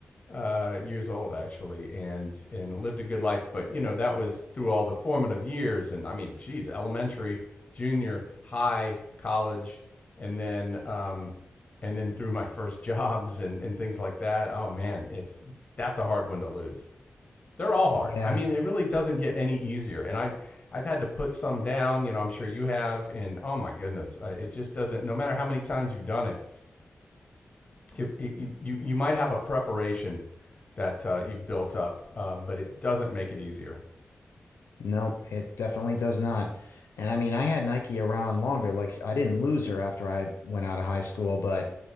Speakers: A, on the left; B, on the left.
A: uh, years old actually, and and lived a good life. But you know that was through all the formative years, and I mean, geez, elementary, junior, high, college, and then um, and then through my first <laughs> jobs and and things like that. Oh man, it's that's a hard one to lose. They're all hard.
B: yeah.
A: I mean, it really doesn't get any easier. And I I've had to put some down. You know, I'm sure you have. And oh my goodness, uh, it just doesn't. No matter how many times you've done it, it, it, you you might have a preparation that uh, you've built up, um, but it doesn't make it easier.
B: Nope, it definitely does not. And I mean, I had Nike around longer. Like, I didn't lose her after I went out of high school, but